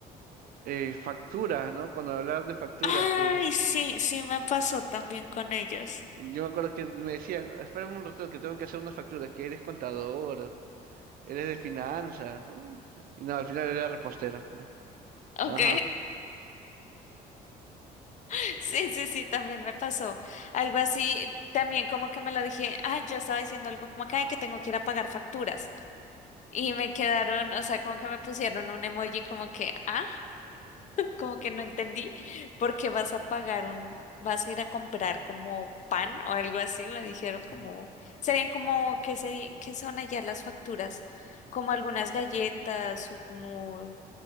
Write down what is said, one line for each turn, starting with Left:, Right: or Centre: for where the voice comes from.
Right: eh, facturas, ¿no? Cuando hablaban de facturas,
Left: Ay,
Right: que es,
Left: sí, sí me pasó también con ellos.
Right: yo me acuerdo que me decían, espérame un rato que tengo que hacer unas facturas, que eres contador, eres de finanzas, ¿no? Y no, al final era repostero. ¿no?
Left: Ok,
Right: Ajá.
Left: <laughs> sí, sí, sí, también me pasó. Algo así, también como que me lo dije, ah, yo estaba diciendo algo como que, ay, que tengo que ir a pagar facturas. Y me quedaron, o sea, como que me pusieron un emoji como que, ah. como que no entendí, porque vas a pagar un, vas a ir a comprar como pan o algo así, me dijeron como,
Right: Ujú.
Left: serían como, ¿qué seri- qué son allá las facturas? Como algunas galletas o como